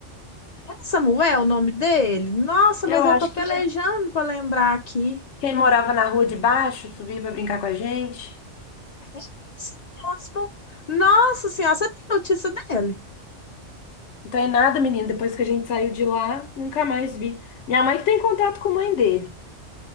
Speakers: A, on the left; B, on the left.
A: É Samuel o nome dele? Nossa,
B: Eu
A: mas
B: acho
A: eu tô pelejando
B: que é.
A: pra lembrar aqui.
B: Quem morava na rua de baixo subia pra brincar com a gente.
A: É esse mesmo. Nossa senhora, você tem notícia dele?
B: Então é nada, menino. Depois que a gente saiu de lá, nunca mais vi. Minha mãe que tem contato com a mãe dele.